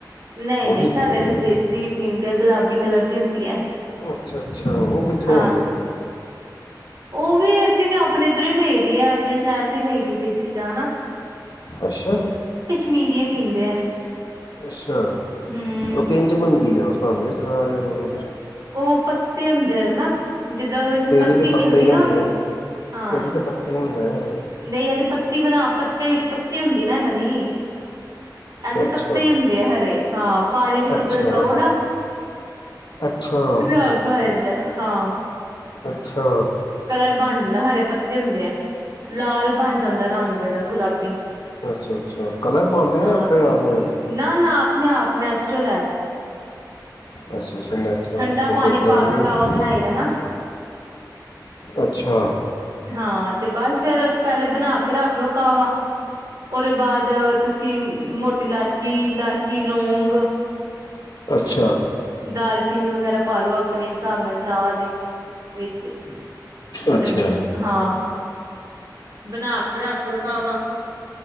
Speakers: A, on the right (about 60°); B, on the left (about 65°).
A: ਨਹੀਂ ਨਹੀਂ
B: ਉਹੀ
A: ਸਾਡੇ
B: ਪੀਦੇ
A: ਇੱਥੇ ਦੇਸੀ ਪੀ ਗੁਲਾਬੀ ਕਲਰ ਦੀ ਹੁੰਦੀ ਹੈ।
B: ਆ ਅੱਛਾ ਅੱਛਾ ਉਹ ਕਿੱਥੋਂ
A: ਹਾਂ
B: ਆਉਂਦੀ
A: ਉਹ ਵੀ ਅਸੀਂ ਤੇ ਆਪਣੇ ਇੱਧਰੋਂ ਹੀ ਲ ਦੀ ਆ ਆਪਣੇ ਸ਼ਹਿਰ ਤੇ ਲਈ ਦੀ ਦੇਸੀ ਚਾਹ ਨਾ
B: ਅੱਛਾ।
A: ਮੀਰੀ <unintelligible> ਪੀਂਦੇ ਆ।
B: ਅੱਛਾ
A: ਹਮ
B: ਉਹ ਕਿੰਜ ਬਣਦੀ ਆ ਤੁਹਾਨੂੰ ਵੀ ਸੁਣਾ ਦਿਓਥੋੜ੍ਹੀ ਜਹੀ।
A: ਉਹ ਪੱਤੇ ਹੁੰਦੇ ਆ ਰ ਨਾ ਜਿੱਦਾਂ ਇੱਥੇ ਪੱਤੀ
B: ਇਹ ਵੀ ਤੇ ਪੱਤੇ
A: ਮਿਲਦੀ
B: ਹੀ
A: ਨਾ
B: ਹੁੰਦੇ
A: ਉਹਦੀ
B: ਆ
A: ਹਾਂ
B: ਇਹ ਵੀ ਤੇ ਪੱਤੇ ਹੀ ਹੁੰਦੇ ਨੇ
A: ਨਹੀਂ ਉਹ ਤੇ ਪ ਪੱਤੀ ਬਣਾ ਪੱਤੇ ਵਿੱਚ ਪੱਤੀ ਹੁੰਦੀ ਨਾ ਇਹਨਾਂ ਦੀ ਇਹ ਤੇ
B: ਅੱਛਾ
A: ਪੱਤੇ ਹੀ ਹੁੰਦੇ ਆ ਹਰੇ ਹਾਂ ਪਾਣੀ ਵਿੱਚ
B: ਅੱਛਾ
A: ਗੜਕਾਓ ਨਾ
B: ਅੱਛਾ
A: <unintelligible> ਹਾਂ।
B: ਅੱਛਾ।
A: ਕਲਰ ਬਣ ਜਾਂਦਾ ਹਰੇ ਪੱਤੇ ਹੁੰਦੇ ਆ ਲਾਲ ਬਣ ਜਾਂਦਾ ਰੰਗ ਇਹਦਾ ਗੁਲਾਬੀ
B: ਅੱਛਾ ਅੱਛਾ ਕਲਰ ਪਾਉਂਦੇ
A: ਹਾਂ
B: ਜਾਂ ਆਪਣੇ ਆਪ ਹੈ ਜਾਂਦਾ
A: ਨਾ ਨਾ ਆਪਣੇ ਆਪ ਨੈਚੁਰਲ ਹੈ।
B: ਅੱਛਾ। ਅੱਛਾ ਨੈਚੁਰਲ
A: ਠੰਡਾ
B: ਤੇ
A: ਪਾਣੀ
B: ਫਿਰ ਤਾਂ
A: ਪਾ
B: ਵਧੀਆ
A: ਕੇ ਕਾਹਵਾ ਬਣਾਈ ਦਾ ਨਾ
B: ਅੱਛਾ
A: ਹਾਂ ਤੇ ਬਸ ਫੇਰ ਪਹਿਲੇ ਬਣਾ ਕੇ ਰੱਖ ਲੋੋ ਕਾਹਵਾ ਉਹਦੇ ਬਾਅਦ ਤੁਸੀਂ ਮੋਟੀ ਇਲਾਚੀ ਇਲਾਚੀ ਲੌਗ ਗ
B: ਅੱਛਾ।
A: ਨਾਲ ਚੀਨੀ ਵਗੈਰਾ ਪਾ ਲ ਲੋ ਆਪਣੇ ਹਿਸਾਬ ਨਾਲ ਚਾਹ ਦੇ ਵਿੱਚ ਤੇ
B: ਅੱਛਾ
A: ਫਿਰ ਹਾਂ। ਬਣਾ ਕੇ ਰੱਖ ਲੋੋ ਕਾਵਾ